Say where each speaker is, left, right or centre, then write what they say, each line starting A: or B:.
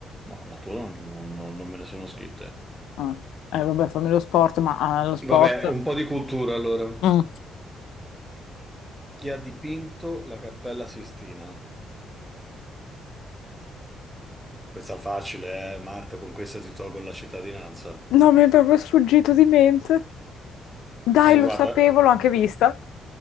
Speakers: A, in the centre; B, on the left.
A: No, natura non, non- non- non me ne sono scritte.
B: Ah. Eh, vabbè, fammi lo sport, ma ah, lo sport...
A: Vabbè, un po' di cultura allora.
B: Mm.
A: Chi ha dipinto la Cappella Sistina? Questa facile, eh, Marta, con questa ti tolgo la cittadinanza.
B: No, mi è proprio sfuggito di mente. Dai,
A: Eh,
B: lo
A: guarda.
B: sapevo, l'ho anche vista.